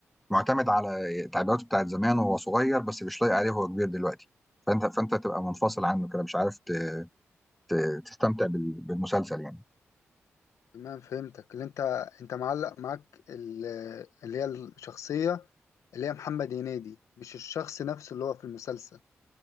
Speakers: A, in the centre; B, on the left.
A: معتمد على تعبيراته بتاعت زمان وهو صغير بس مش لايق عليه وهو كبير دلوقتي فانت فانت تبقى
B: مم.
A: منفصل عنه كده مش عارف ت- ت- تستمتع بال- بالمسلسل يعني
B: تمام فهمتك اللي انت انت معلق معاك ال- اللي هي الشخصية اللي هي محمد هنيدي مش الشخص نفسه اللي هو في المسلسل